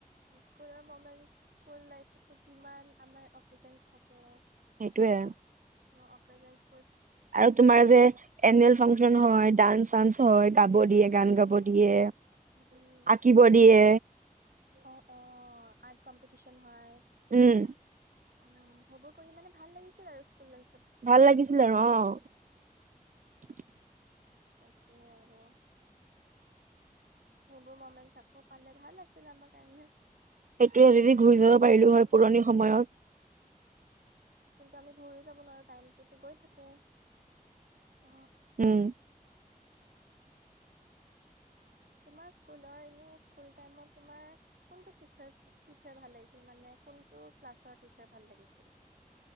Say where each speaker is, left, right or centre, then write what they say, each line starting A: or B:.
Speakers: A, on the right; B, on the right.
A: স্কুলৰ মমেণ্টচ স্কুল লাইফটো কিমান আমাৰ অকেজনছ থাকে।
B: টোৱে
A: ন অকজেচনচ
B: আৰু তোমাৰ যে এনুৱেল ফাংচন হয় ডান্স চানস হয় গাব দিয়ে গান
A: অ
B: গাব দিয়ে
A: উম,
B: আঁকিব
A: কিন্তু
B: দিয়ে।
A: অ অ আৰ্ট কম্পিটিশন হয়।
B: উম।
A: উ সেইবোৰ কৰি মানে ভাল লাগিছিল আৰু স্কুল লাইফ
B: ভাল লাগিছিল আৰু অ
A: তাকোৱে আৰু। সেইবোৰ মমেনছ চাকৌ পালে ভাল আছিল আমাৰ কাৰণে।
B: সেইটোয়ে যদি ঘূৰি যাব পাৰিলো হয় পুৰণি সময়ত।
A: কিন্তু আমি ঘৰি যাব নোৱাৰো টাইমটোতো গৈ থাকে অ।
B: উম।
A: তোমাৰ স্কুলৰ এনে স্কুল টাইমত তোমাৰ কোনটো টিচাৰ টিচাৰ ভাল লাগিচিল মানে কোনটো ক্লাছৰ টিাৰ ভাললাগিছিল।